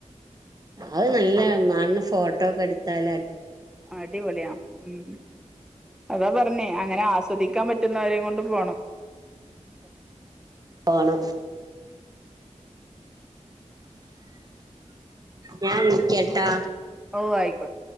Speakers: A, on the right; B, in the centre.
A: അത് നല്ല മണന്ന് ഫോട്ടോ ഒക്കെ എടുത്താലടി
B: അടിപൊളിയാ ഉം അതാ പറഞ്ഞേ അങ്ങനെ ആസ്വദി ക്കാൻ പറ്റുന്നവരേ കൊണ്ട് പോണം
A: പോണം ഞാൻ വിളിക്കട്ടാ
B: ഓഹ് ആയിക്കോട്ട